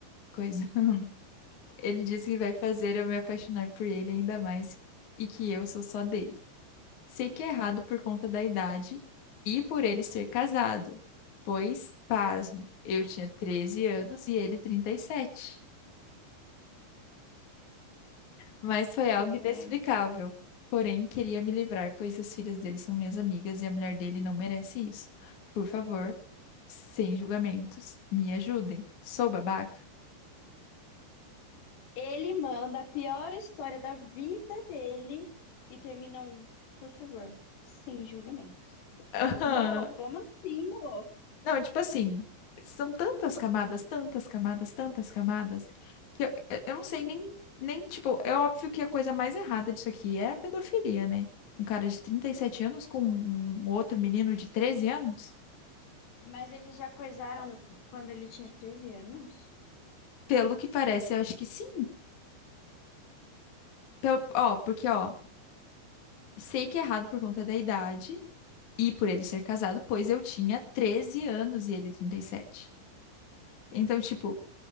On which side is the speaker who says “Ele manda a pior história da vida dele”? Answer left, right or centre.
Left